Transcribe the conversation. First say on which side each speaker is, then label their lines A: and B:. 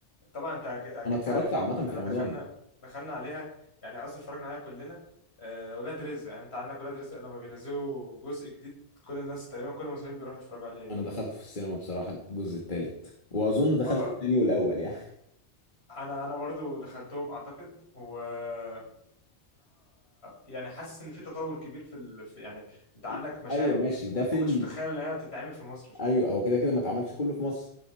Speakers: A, on the left; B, on the left.
A: طبعا انت ك-
B: أنا
A: كيكه
B: اتفرجت
A: عارفها
B: عامة
A: وكلنا
B: في رمضان
A: دخلنا دخلنا عليها يعني قصدي اتفرجنا عليها كلنا آه، ولاد رزق يعني انت عندك ولاد رزق لما بينزلوا جزء جديد كل الناس تقريبا كل المصريين بيروحوا يتفرجوا عليه يعني.
B: أنا دخلت في السينما بصراحة الجزء التالت وأظن دخلت
A: اه
B: التاني والأول يعني
A: انا انا برضو دخلتهم اعتقد والصراحه يعني حاسس ان في تطور كبير في, ال... في يعني انت عندك
B: <laughs>
A: مشاهد
B: أيوه ماشي ده فيلم
A: ما كنتش متخيل انها تتعمل في مصر فاهم
B: أيوه هو كده كده ما اتعملش كله في مصر